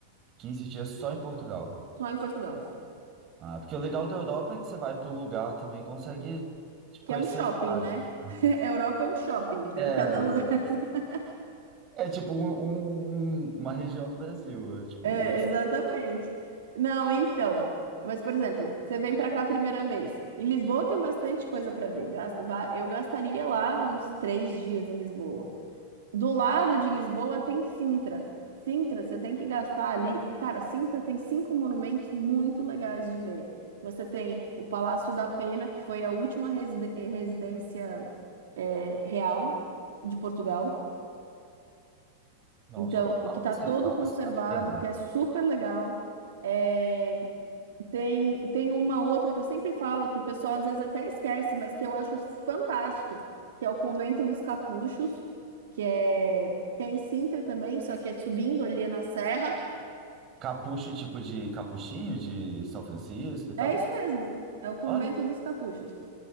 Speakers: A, on the right; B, on the right.
A: 15 dias só em Portugal.
B: Só em Portugal.
A: Ah, porque o legal da Europa é que você vai para um lugar também e consegue tipo,
B: Que
A: conhecer
B: é um shopping,
A: vários.
B: né?
A: né?
B: <laughs> Europa é um shopping.
A: É,
B: Cada lugar. <laughs>
A: é tipo um- um- um, uma região do Brasil. É, tipo,
B: É,
A: os...
B: exatamente. Não, então. Mas, por exemplo, você vem para cá a primeira vez. Em Lisboa tem bastante coisa para ver. Gas- vá- Eu gastaria lá uns três dias em Lisboa. Do lado de Lisboa tem Sintra. Sintra, você tem que gastar ali. Cara, Sintra tem cinco monumentos muito legais de ver. Você tem o Palácio da Pena, que foi a última reside- eh, residência é, real de Portugal.
A: Nossa,
B: Então,
A: Palácio,
B: e que tá todo
A: Palácio
B: conservado,
A: da Pena.
B: que é super legal. É, tem, tem uma outra que eu sempre falo, que o pessoal às vezes até esquece, mas que eu acho fantástico, que é o Convento dos Capuchos, que é, que é em Sintra também, só que é subindo ali na serra.
A: Capucho, tipo de capuchinho de São Francisco e tal.
B: É isso mesmo, é o Convento
A: Olha.
B: dos Capuchos.